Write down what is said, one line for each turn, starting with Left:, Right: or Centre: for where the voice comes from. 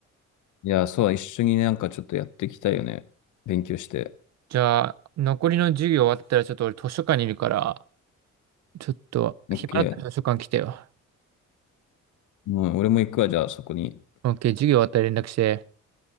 Left: いや、そう、一緒になんかちょっとやっていきたいよね。勉強して。
Right: じゃあ、残りの授業終わったら、ちょっと俺図書館にいるから、ちょっと、
Left: オッケー。
Right: 暇だったら図書館来てよ。
Left: うん、俺も行くわ、じゃあそこに。
Right: OK、授業終わったら連絡して。